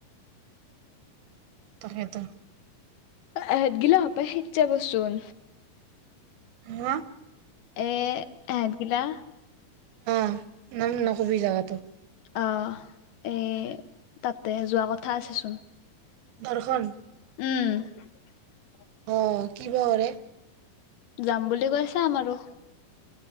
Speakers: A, on the right; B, on the left.
A: তাকেেত
B: আহতগিল প সত্য বচোন
A: ন
B: এ হাগিলা।
A: অ নাম নকবি জাগাাতটো
B: অ এ তাতে যোৱা কথা আছেচোন
A: ধৰ্ষণ
B: উম
A: অ কি বৰে
B: যাম বুলি কৈছাাম আৰু